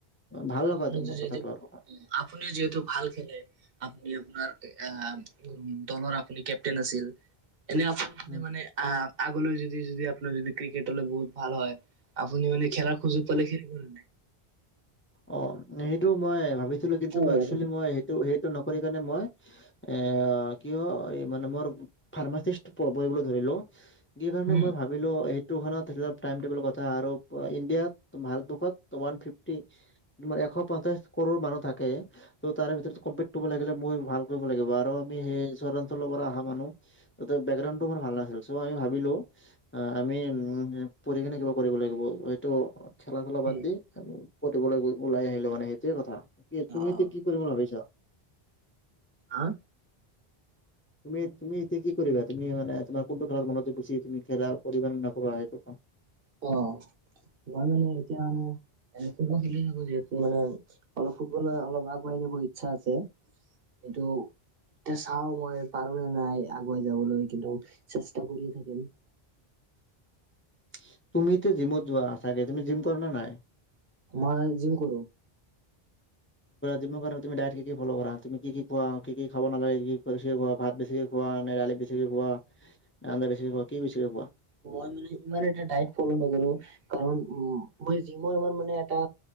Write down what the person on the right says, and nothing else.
আপুো
যিহেতু
আপুনিও যিহেতু ভাল খেলে আ এ আপোনাৰ আ দলৰ আপুনি কেপটেইন আছিল। এনে ওপৰত যদি
মানে আ আগলৈ যদি যদি আপোনাৰ যদি ক্ৰিকেট হলে বহুত ভাল হয় আপুনি মানে খেলাৰ খোজোগ পালে খেলিব নাই
অ', উম,
উম,
উম,
অ',
হ
অ মই মানে এতিয়া মানে এ ফুটবল খেলি থাকো যিহেতু মানে অলপ ফুটবল অলপ আগবঢ়াই যাব ইচ্ছা আছে কিটো তে চাও মই পাৰো নে নাই আগুৱাই যাবলৈ কিন্তু চেষ্টা কৰিয়ে থাকিম।
মই জিম কৰো
মই মানে ইমান এটা ডাইট ফল' নকৰো, কাৰণ উম মই যি মই ইমান মানে এটা